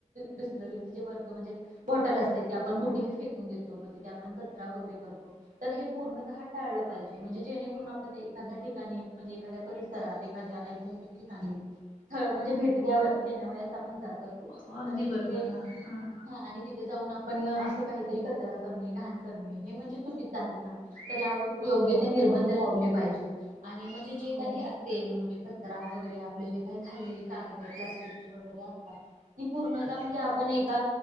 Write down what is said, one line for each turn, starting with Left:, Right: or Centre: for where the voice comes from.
Right: बिसरली वरच म्हणजे बॉटल असत ते आपण कुठेही फेकून देतो मग तिथे आपण कचरा वगैरे करतो, तर हे पूर्णतः टाळलं पाहिजे म्हणजे जेणेकरून आपण एखाद्या ठिकाणी म्हणजे एखाद्या परि ात एखाद्या ऐतिहासिक ठिकाणी, स्थळ म्हणजे भेटी द्या देण्या वस आपण जात असतो
Left: हो अगदी
Right: पण तिथे
Left: बरोबर मॅम हां
Right: हा आणि तिथे जाऊन आपण असं काहीतरी कचरा करणे घाण करणे, हे म्हणजे चुकीच आहे ना तर यावर योग्य
Left: हो
Right: ते निर्बंध लावले पाहिजे, आणि म्हणजे जे
Left: हो
Right: काही असेल म्हणजे कचरा वगैरे आप जे काही खाल्लेली कागदं, प्लस्टिकची वगैरे असतात. ही पूर्णता म्हणजे आपण एका